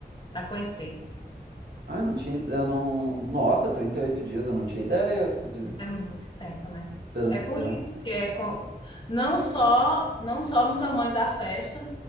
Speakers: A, on the left; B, on the right.
A: para conhecer.
B: Ah, eu não tinha, ide- eu não. Nossa, 38 dias, eu não tinha ideia de
A: É muito tempo, né?
B: tanto
A: É por
B: tempo.
A: isso que é co- não só não só no tamanho da festa,